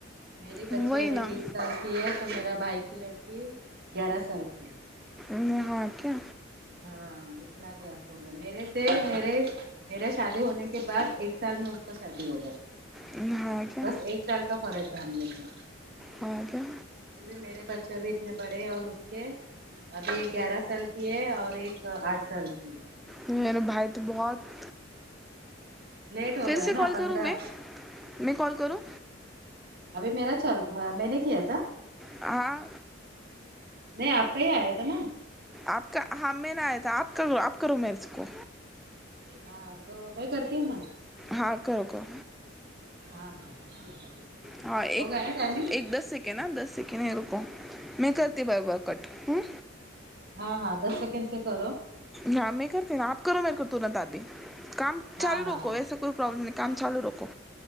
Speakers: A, on the right (about 50°); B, in the centre.
A: میری
B: وہی
A: بچی ابھی
B: نا
A: بیس چلتی ہے تو میرا بھائی کی لڑکی گیارہ سال کی ہے
B: ہوں ہاں کیا
A: ہاں اتنا کیاپ ہو گئے میرے سے میرے میرا شادی ہونے کے بعد ایک سال میں اس کا شادی ہوگیا
B: ہاں کیا
A: بس ایک سال ت فرق ہے لگ <unintelligible>
B: اور کیا
A: پھر بھی میرے بچے بھی اتنے بڑے اور اس کے ابھی گیارہ سال کی ہے اور ایک آٹھ سال کی ہے
B: میرے بھائی تو بہت
A: لیٹ ہو
B: پھر
A: گیا
B: سے
A: نا
B: کال
A: پندرہ
B: کروں میں میں کال کروں
A: ابھی میرا چر میں نے کیا تھا
B: ہاں
A: نہیں آپ کا ہی آیا تھا نا
B: آپ کا ہاں میرا آیا تھا آپ کا آپ کروں میرے کو
A: ہاں تو میں کرتی ہوں نا
B: ہاں کرو کرو
A: ہاں ٹھیک ہے
B: ہاں ایک
A: ہو گیا نا ٹائمنگ
B: ایک دس سیکنڈ ہا دس سیکنڈ ہے رکو میں کرتی برابر کٹ ہوں
A: ہاں ہاں دس سیکنڈ سے کرو
B: ہاں میں کرتی نا آپ کرو میرےکو ترنت ابھی کام چالو
A: ہاں ہاں
B: راکھو
A: ہاں
B: ایسے کوئی پرابلم نہیں کام چالو راکھو